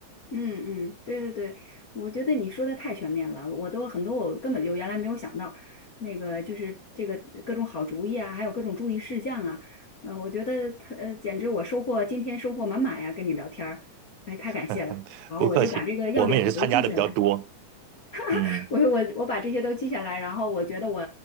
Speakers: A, on the left (about 65°); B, on the right (about 85°).
A: 嗯嗯，对对对，我觉得你说的太全面了，我都很多我根本就原来没有想到，那个就是这个各种好主意啊，还有各种注意事项啊，嗯，我觉得他呃简直我收获今天收获满满呀，跟你聊天儿，哎，太感谢了。
B: <laughs>
A: 好，
B: 不客气。
A: 我就把这个要点我都记下来，
B: 我们也是参加的比较多，嗯，
A: <laughs> 我我我把这些都记下来，然后我觉得我